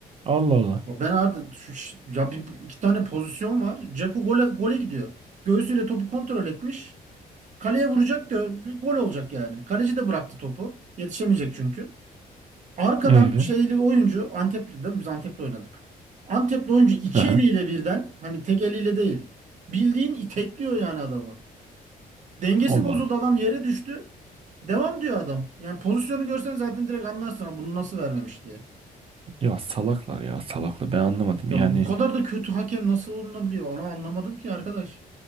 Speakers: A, on the right (about 35°); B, on the right (about 50°).
A: Allah Allah.
B: Ya Ben Arda şu- şu- ya bir, iki tane pozisyon var. Dzeko gole, gole gidiyor. Göğsüyle topu kontrol etmiş. Kaleye vuracak diyor. Gol olacak yani. Kaleci de bıraktı topu. Yetişemeyecek çünkü. Arkadan
A: Ee,
B: şeyli oyuncu Antepli değil Biz Antep'le oynadık. Antepli oyuncu iki
A: aha,
B: eliyle birden hani tek eliyle değil. Bildiğin itekliyor yani adamı. Dengesi
A: Allah
B: bozuldu
A: Allah.
B: adam yere düştü. Devam diyor adam. Yani pozisyonu görsen zaten direkt anlarsın ha bunu nasıl vermemiş diye.
A: Ya salaklar ya salaklar ben anlamadım
B: Ya
A: yani
B: bu kadar da kötü hakem nasıl olunabiliyor? Onu anlamadım ki arkadaş.